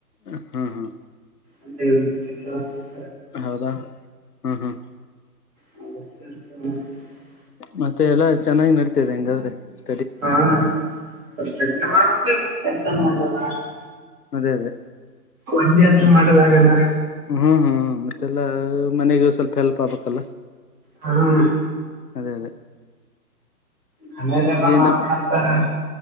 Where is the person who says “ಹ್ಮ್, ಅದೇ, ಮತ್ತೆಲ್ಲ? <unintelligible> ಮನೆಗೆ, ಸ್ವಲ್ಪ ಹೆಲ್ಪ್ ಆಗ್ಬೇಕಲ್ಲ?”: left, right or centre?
Left